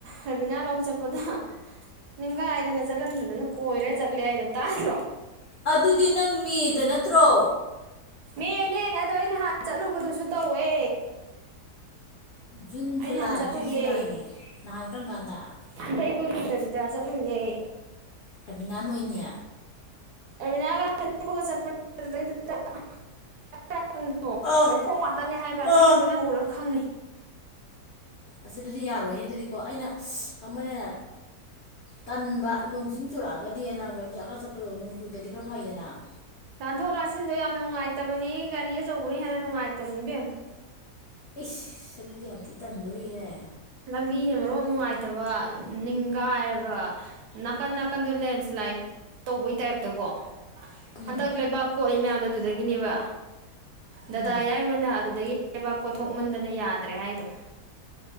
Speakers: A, on the right; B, on the left.
A: ꯔꯕꯤꯅꯥ ꯂꯧ ꯆꯠꯄꯗ ꯅꯤꯡꯈꯥꯏꯗꯅ ꯆꯠꯍꯟꯗꯗꯅ ꯀꯣꯏꯔ ꯆꯠꯂꯦ ꯍꯥꯏꯗꯣ ꯇꯥꯗ꯭ꯔꯣ
B: ꯑꯗꯨꯗꯤ ꯅꯪ ꯃ‌ꯦꯗ ꯅꯠꯇ꯭ꯔꯣ
A: ꯃ‌ꯦꯅꯦ ꯑꯗꯣ ꯑꯩ ꯅꯍꯥꯟ ꯆꯠꯂꯨꯕꯗꯨꯁꯨ ꯇꯧꯋꯦ
B: ꯖꯨꯟ
A: ꯑꯩ
B: ꯖꯨꯂꯥꯏ
A: ꯅꯍꯥꯟ ꯆꯠꯂꯨꯌꯦ
B: ꯖꯨꯛ ꯖꯨꯂꯥꯏꯅꯦ ꯅꯍꯥꯟ ꯀꯔꯝ ꯀꯥꯟꯗ
A: ꯍꯟꯗꯛ ꯏꯀꯨꯏ ꯀꯨꯏꯗꯕꯤꯗ ꯆꯠꯂꯨꯏꯌꯦ
B: ꯔꯕꯤꯅꯥ ꯅꯣꯏꯅꯤ
A: ꯔꯕꯤꯅꯥꯒ <unintelligible> <unintelligible>
B: ꯑꯥ
A: ꯂꯩꯈꯣꯝ ꯉꯥꯛꯇꯅ‌ꯦ ꯍꯥꯏꯕ
B: ꯑꯥ
A: ꯆꯤꯡꯗꯨ ꯅꯪ ꯎꯔ ꯈꯪꯅꯤ
B: ꯑꯁ ꯑꯗꯨꯗꯤ ꯌꯥꯔꯣꯏꯍ‌ꯦ ꯑꯗꯨꯗꯤꯀꯣ ꯑꯩꯅ ꯈꯟꯕꯅ ꯇꯟꯕ ꯅꯣꯡ ꯆꯤꯡ ꯆꯨꯔꯛꯑꯒꯗꯤꯅ ꯒꯔꯤ ꯃꯆꯥꯒ ꯆꯠꯄꯗꯣ ꯅꯣꯡ ꯆꯨꯗꯗꯤ ꯈꯔ ꯐꯩꯌꯦꯅ ꯫
A: ꯂꯥꯟꯊꯣꯛ ꯂꯥꯁꯤꯟꯗꯣ ꯌꯥꯝ ꯅꯨꯡꯉꯥꯏꯇꯕꯅꯤ ꯒꯥꯔꯤ ꯑꯆꯧꯕꯅ ꯍꯦꯟꯅ ꯅꯨꯡꯉꯥꯏꯇꯕꯅꯤ ꯏꯕꯦꯝꯃ ꯫
B: ꯏꯁ ꯑꯗꯨꯗꯤ ꯌꯥꯝ ꯊꯤ ꯇꯟꯗꯣꯔꯤꯍꯦ
A: ꯂꯝꯕꯤꯅ ꯃꯔꯣꯟ ꯑꯝ ꯅꯨꯡꯉꯥꯏꯇꯕ ꯑ ꯅꯤꯡꯒꯥꯏꯔꯒ ꯅꯥꯀꯟ ꯅꯥꯀꯟꯗꯣ ꯂꯦꯟꯁ꯭ꯂꯥꯏꯠ ꯇꯧꯕꯩ ꯇꯥꯏꯞꯇꯀꯣ
B: ꯎꯝ
A: ꯍꯟꯗꯛ ꯂꯩꯕꯥꯛ ꯀꯣꯠꯂꯤ ꯃꯌꯥꯝꯗꯣ ꯑꯗꯨꯗꯒꯤꯅꯦꯕ
B: ꯎꯝ
A: ꯗꯗꯥ ꯌꯥꯏꯃꯅ ꯑꯗꯨꯗꯒꯤ ꯂꯩꯕꯥꯛ ꯀꯣꯊꯣꯛꯃꯟꯗꯅ ꯌꯥꯗ꯭ꯔꯦ ꯍꯥꯏꯗꯣ ꯫